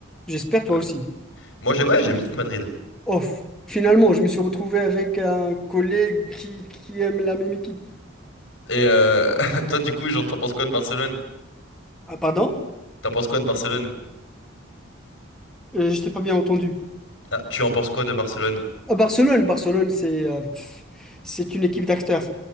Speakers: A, in the centre; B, on the left (about 60°).
A: j'espère toi
B: Ouais.
A: aussi.
B: Moi, j'ai, ouais, j'aime bien Madrid.
A: Off. Finalement, je me suis retrouvé avec un collègue qui, qui aime la même équipe.
B: Et euh, <laughs> toi, du coup, genre, t'en penses quoi de Barcelone?
A: Ah pardon?
B: T'en penses quoi de Barcelone?
A: Euh, je t'ai pas bien entendu.
B: Ah, tu en penses quoi de Barcelone?
A: Ah, Barcelone, Barcelone, c'est euh, pff, c'est une équipe d'acteurs.